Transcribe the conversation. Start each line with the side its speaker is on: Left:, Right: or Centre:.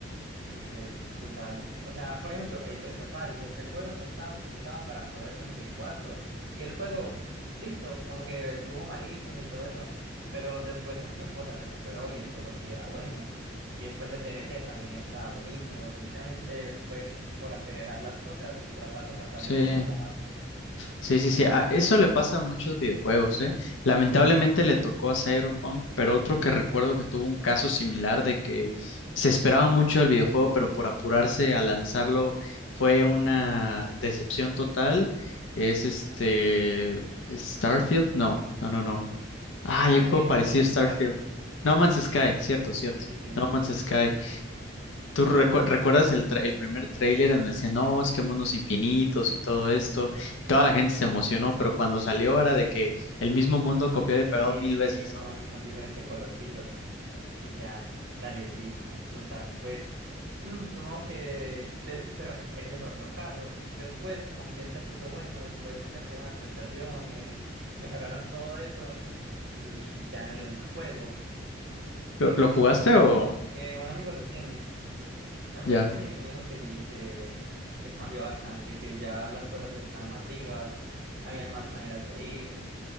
Right: Porque brutal. O sea, por ejemplo, eso, eso es algo. El juego no estaba optimizado para correrlo en Play cuatro Y el juego, listo, como que estuvo malísimo y todo eso. Pero después de un tiempo se recuperó y el juego sí era bueno. Y después el DLC también estaba buenísimo. Simplemente fue por acelerar las cosas y tratar de sacarlo
Left: Sí.
Right: en todo lado.
Left: Sí, sí, sí. a- eso le pasa a muchos videojuegos, ¿eh? Lamentablemente le tocó a Cyberpunk, pero otro que recuerdo que tuvo un caso similar de que se esperaba mucho del videojuego, pero por apurarse a lanzarlo fue una decepción total. Es este Starfield, no, no, no, no. Ah,
Right: Ah,
Left: hay un juego
Right: el
Left: parecido
Right: No Man's
Left: a Starfield.
Right: Sky.
Left: No Man's Sky, cierto, cierto.
Right: Sí, sí, sí,
Left: No
Right: sí,
Left: Man's
Right: sí.
Left: Sky. ¿Tú recu- recuerdas el, tra- el primer tráiler en donde decían, no, es que mundos infinitos y todo esto? Y toda la gente se emocionó, pero cuando salió era de que
Right: <laughs>
Left: el mismo mundo copiado y pegado
Right: Sí,
Left: mil
Right: sí,
Left: veces,
Right: sí,
Left: ¿no?
Right: con, con diferente colorcito. Y ya, dale, sí, brutal. Pues, mm, supongo que, de- pero ese es otro caso. Después también se puso bueno, después le metieron actualizaciones, mejoraron todo eso y ya no era un mal juego. Pero
Left: ¿Lo, lo jugaste o
Right: eh, un amigo lo tiene, un amigo
Left: ya?
Right: lo tiene y me dijo que sí, que, que cambió bastante, que ya las cosas estaban más vivas, habían más maneras de ir.